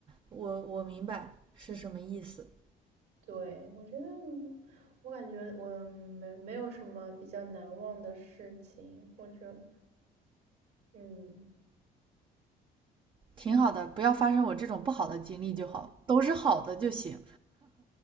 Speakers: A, on the right; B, on the right.
A: 我我明白是什么意思。
B: 对，我觉得嗯我感觉我没没有什么比较难忘的事情，或者嗯，
A: 挺好的，不要发生我这种不好的经历就好，都是好的就行。